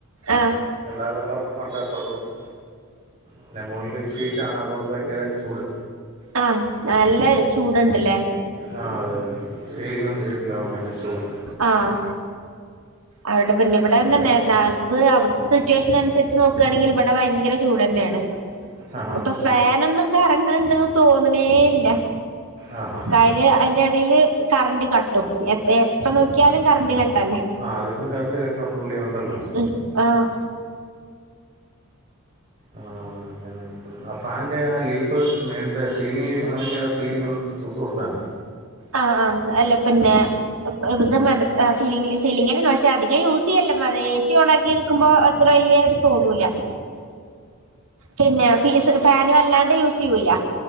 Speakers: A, on the right (about 85°); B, on the right (about 30°).
A: ആഹ്
B: എല്ലാ വെള്ളം ഉണ്ട് അപ്പർത്തൂന്ന് പിന്നെ മോൾല് ഷീറ്റ് ആണ് അതുകൊണ്ട് ഭയങ്കര ചൂട്.
A: ആ നല്ല ചൂട്ണ്ട് ലെ?
B: ആ അതെ <unintelligible> സീലിങ്ങൊന്നും ചെയ്തിട്ടില്ല ഭയങ്കര ചൂടാ.
A: ആഹ് അവടെ പിന്നെ ഇവടേം
B: ഓക്കെ
A: തന്നെ <unintelligible> പ്പ് അവിട്ത്തെ സിറ്റുവേഷനൻസരിച്ച് നോക്കാണെങ്കില് ഇവടെ ഭയങ്കര ചൂടന്നേണ്
B: ആ ഹാ
A: ഇപ്പം ഫാനൊന്നും കറങ്ങ്ണ്ട് തോന്ന്ണേല്ല
B: ആ ഹാ
A: കയ അയ്ന്റെ എടേല് കറന്റ് കട്ടും എ എപ്പ നോക്കിയാലും കറണ്ട് കട്ടല്ലെ.
B: ആ അതിപ്പം കറണ്ട് കട്ടും <unintelligible> ഉണ്ടല്ലോ.
A: ഉം ആഹ്
B: ആ <unintelligible> ഫാനിന്റെ ആ ലീഫ് <unintelligible> മേൽത്തെ സീലിംഗ് ചെയ്തതാണെങ്കി ആ സീലിങ്ങൊന്ന് തൂത്ത് കൊടുത്താ മതി.
A: ആഹ് ആഹ് അല്ല പിന്നെ <unintelligible> ആ സീലിങ്ങി സീലിങ്ങന്നെയാണ് പക്ഷെ അധികം യൂസിയ്യലില്ല പഴയ എ സി ഓൺ ആക്കിയിരിക്കുമ്പോ ഒ ത്ര വല്യേത് തോന്നൂല പിന്നെ ഫീസ് ഫാന് വല്ലാണ്ട് യൂസിയ്യൂല്ല